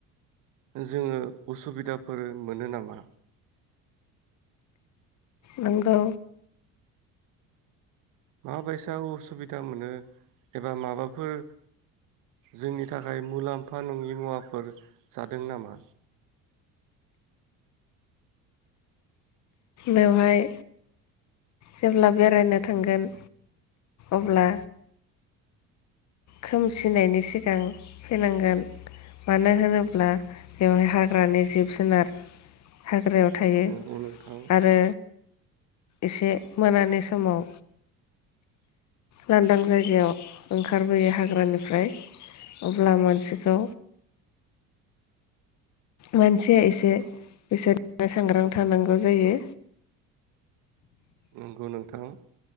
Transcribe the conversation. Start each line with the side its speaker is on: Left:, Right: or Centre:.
Right: जोङो उसुबिदाफोर मोनो नामा?
Left: नंगौ।
Right: माबायसा उसुबिदा मोनो एबा माबाफोर जोंनि थाखाय मुलाम्फा नङि मुवाफोर जादों नामा।
Left: बेवहाय जेब्ला बेरायनो थांगोन अब्ला खोमसिनायनि सिगां फैनांगोन मानो होनोब्ला बेवहाय हाग्रानि जिब जुनार हाग्रायाव थायो
Right: नंगौ नोंथां
Left: आरो एसे मोनानि समाव लांदां जायगायाव ओंखाम ओंखारबोयो हाग्रानिफ्राय अब्ला मानसिखौ मानसिया एसे बिसोर सांग्रां थानांगौ जायो।
Right: नंगौ नोंथां।